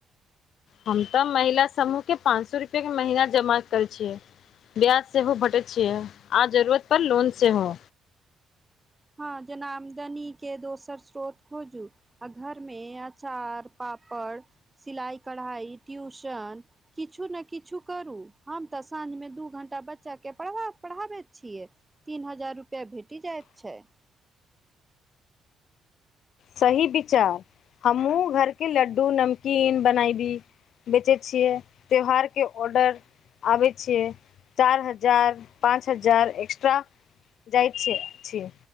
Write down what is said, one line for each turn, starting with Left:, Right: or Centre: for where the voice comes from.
Left: हम त महिला समूहके पाँच सए रुपैयाके महिना जमा करय छियै। ब्याज सेहो भेटैय छियै आ जरूरत पर लोन सेहो।
Right: हँ जेना आमदनी के दोसर स्रोत खोजू। आ घर मे अचार, पापड़, सिलाई, कढ़ाई, ट्यूशन किछु ने किछु करू, हम तऽ साँझ मे दू घण्टा बच्चा के पढ़ा पढ़ाबैत छियै। तीन हजार रुपैया भेटी जाइत छै।
Left: सही बिचार हमहुँ घर के लड्डू, नमकीन बनाई दी। बेचै छियै त्यौहार के ऑर्डर। आबै छियै चारि हजार पाँच हजार एक्स्ट्रा जाइ छियै छियै।